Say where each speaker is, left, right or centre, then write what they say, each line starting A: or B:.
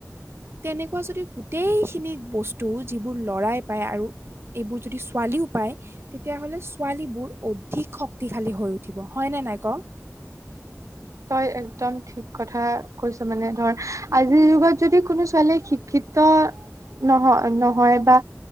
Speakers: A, on the right; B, on the right.
A: তেনেকুৱা যদি গোটেইখিনি বস্তু যিবোৰ লৰাই পায় আৰু এইবোৰ যদি ছোৱালী। তেতিয়লে ছোৱালী বহুত অধিক। তি খালী হৈ উঠিব হয়নে নাই ক।
B: তই একদম ঠিক কথা কৈছ মানে ধৰ আ। যুগত যদি কোনো ছোৱালীয়ে শিক্ষিত। নহয় নহয় বা